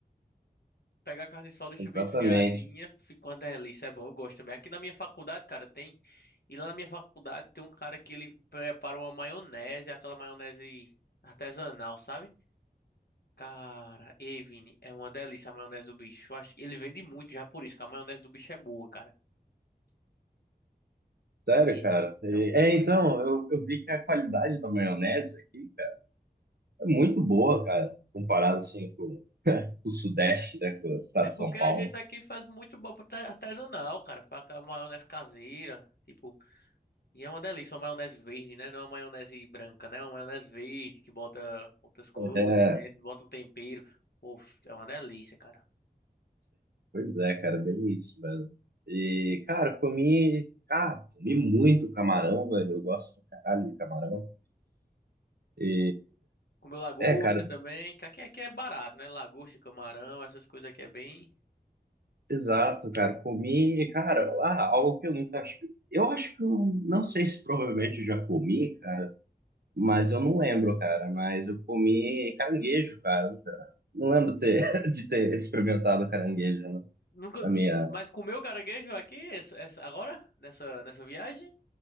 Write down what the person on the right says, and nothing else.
Exatamente.
Sério,
cara. E-
É, então, eu, eu vi que a qualidade da maionese aqui, cara, é muito boa, cara. Comparado, assim, com o Sudeste, né, com o estado
de São Paulo.
É,
pois é, cara, bem isso, velho. E, cara, comi... Ah, comi muito camarão, velho. Eu gosto pra caralho de camarão. E,
é, cara,
Exato, cara. Comi, e, cara, ah, algo que eu nunca acho. Eu acho que eu não sei se provavelmente eu já comi, cara, mas eu não lembro, cara. Mas eu comi caranguejo, cara. Nunca- Não lembro ter, <laughs> de ter experimentado caranguejo né,
na minha.